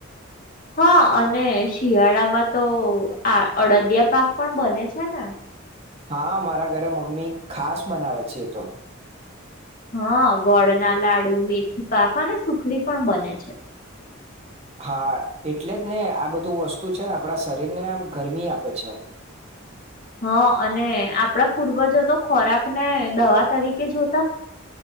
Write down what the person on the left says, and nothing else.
હા, અને શિયાળામાં તો આ અડદિયા પાક પણ બને છે ને.
હા, ગોળના લાડુ, મેથી પાક, અને સુખડી પણ બને છે.
હા, અને આપડા પૂર્વજો તો ખોરાક ને દવા તરીકે જો